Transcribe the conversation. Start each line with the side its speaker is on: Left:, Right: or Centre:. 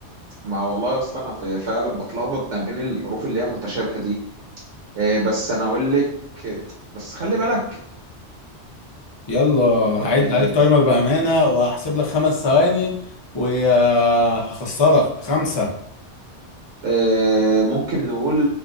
Right: ما والله يا اسطى انا ف- فعلا بتلخبط ما بين الحروف اللي هي متشابهة دي آه بس انا اقول لك بس خلي بالك
Left: يلا
Right: آه
Left: هعد عليك تايمر بامانه وهحسب لك خمس ثواني وهخسرك خمسه
Right: آه ممكن نقول